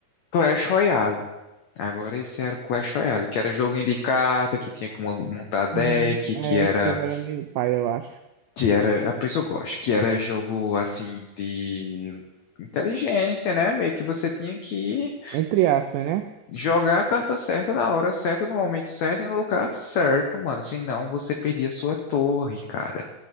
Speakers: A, on the left (about 80°); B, on the right (about 85°).
A: Clash Royale. Agora esse era o Clash Royale, que era joguinho de carta, que tinha que mon- montar deck,
B: Hum,
A: que
B: é,
A: era,
B: esse jogo aí é meio pai, eu acho.
A: que era, a pessoa gosta, que era jogo assim de inteligência, né? Meio que você tinha que
B: Entre aspas, né?
A: jogar a carta certa na hora certa, no momento certo e no lugar certo, mano. Senão você perdia sua torre, cara.